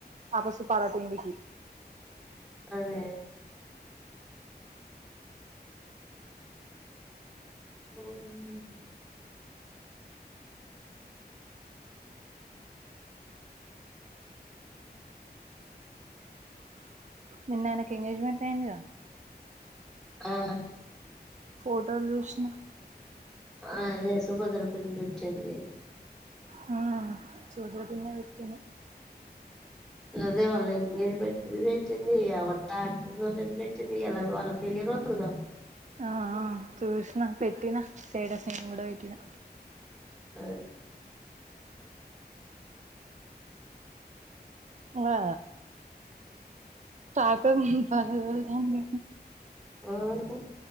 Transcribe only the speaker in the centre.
అదే ఉమ్
ఆ
ఆ అదే సుభద్ర పిన్ని పెట్టింది.
అదే వాళ్ళ ఎంగేజ్మెంట్ ది పెట్టింది ఆ వాడు ట్రాక్టర్ తోలేది పెట్టింది ఇయ్యాల ఇగ వాళ్ళ పెళ్ళి రోజు గా
అది
ఉమ్మ్